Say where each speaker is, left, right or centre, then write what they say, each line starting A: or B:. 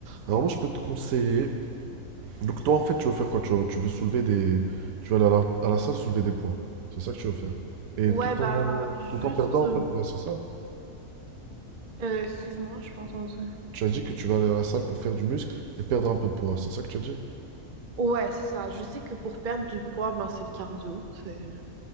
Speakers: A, on the right; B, on the right.
A: Alors moi, je peux te conseiller. Donc toi, en fait, tu veux faire quoi? Tu veux, tu veux soulever des, tu veux aller à la, à la salle soulever des poids. C'est ça que tu veux faire. Et
B: Ouais,
A: tout
B: ben,
A: en,
B: juste,
A: tout en perdant
B: euh,
A: un peu de poids, c'est ça?
B: euh, excuse-moi, je pas entendu.
A: Tu as dit que tu vas aller à la salle pour faire du muscle et perdre un peu de poids. C'est ça que tu as dit?
B: Ouais, c'est ça. Je sais que pour perdre du poids, ben, c'est le cardio. C'est... euh,